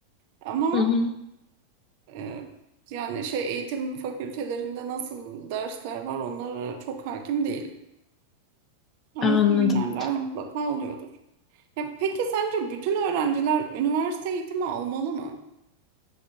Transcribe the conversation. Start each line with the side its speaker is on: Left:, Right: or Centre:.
Right: Ama
Left: Hı hı.
Right: e, e, yani şey eğitim fakültelerinde nasıl dersler var onlara çok hakim değilim. Ama
Left: Anladım.
Right: seminerler mutlaka oluyordur. Ya peki sence bütün öğrenciler üniversite eğitimi almalı mı?